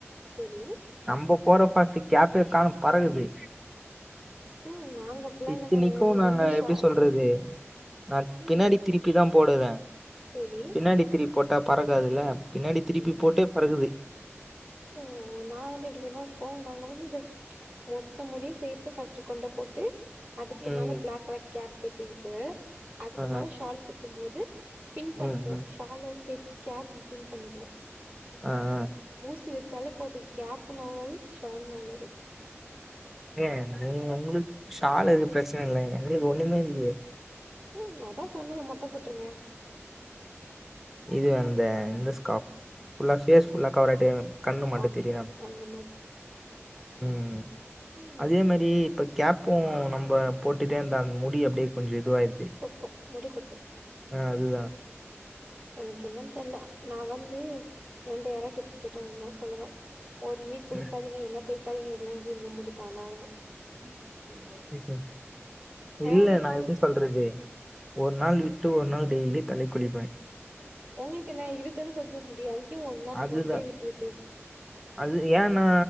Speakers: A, on the right; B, in the centre.
A: செரி
B: நம்ப போற பாஸ்ட்டுக்கு கேப்பே காணு பறக்குது
A: ம் நாங்க அப்டிலா
B: இத்தினிக்கு
A: இல்லங்க எங்களுக்கு
B: நாங்க
A: வந்து ஷ
B: எப்டி சொல்றது
A: அந்த
B: நா
A: ம்
B: பின்னாடி திருப்பி தா போடுறே
A: சேரி
B: பின்னாடி திருப் போட்டா பறக்காதுல்ல பின்னாடி திருப்பி
A: அப்டி
B: போட்டே பறக்குது
A: ஓ நா வந்து எப்டி தெர்மா இப்போ நாங்க வந்து இது மொத்த முடியும் சேத்து ஃபஸ்ட்டு கொண்டப் போட்டு அதுக்கு
B: ம்
A: மேல பிளாக் கலர் கேப் கெட்டிக்கிட்டு அதுக்கு
B: ஆ
A: மேல ஷால் குத்தும் போது பின் பண்ணிப்போ
B: ம் ம்
A: ஷாலோடு சேத்து கேப் பின் பண்ணிருவோ
B: ஆ ஆ
A: சிருச்சாலே போதும் கேப்பும் நவுறாது ஷாலு நவுலாது
B: எங்க நீங்க உங்களுக்கு சால் எதும் ப்ரச்சனை இல்ல எங்களுக்கு ஒண்ணுமே இல்லேயே
A: ம் அதா சொன்னேல மொட்ட போட்ருங்க
B: இது அந்த இந்தஸ்காப் ஃபுல்லா பேஸ் ஃபுல்லா
A: ம்
B: கவர் ஆயிட்டு கண்ணு மட்டு
A: அப்டி
B: தெரியிற மாரி
A: அந்த
B: ம் ம்
A: ம்
B: அதே மாரி இப்ப கேப்பும் நம்ம போட்டுட்டே இந்தா அந்த முடி அப்டியே கொஞ்ச எடுத் இதுவாயிருது
A: கொட்டு முடி கொட்டு
B: ஆ அதுதா
A: எனக்கு என்னன்னு தெர்ல நா வந்து என்ட யாராது டிப்ஸ் கேட்டா ஒன்னுதா சொல்லுவே ஒன் வீக் குளிக்காதீங்க
B: ம்.
A: எண்ண தேக்காதீங்க இதெல்லா இப்டி இருங்க முடித்தானா வளரு
B: <unintelligible> இல்ல
A: என்ன நம்மளுக்கு
B: நா எப்டி சொல்றது ஒரு நாள் விட்டு ஒரு நாள் டெயிலியு தலைக்குழிப்பே
A: உங்களுக்கு என்ன இருக்குறது கொஞ்ச முடி அதுக்கே ஒன்னா
B: அதுதான்.
A: ஒன்டே விட்டு விட்டு
B: அது ஏன்னா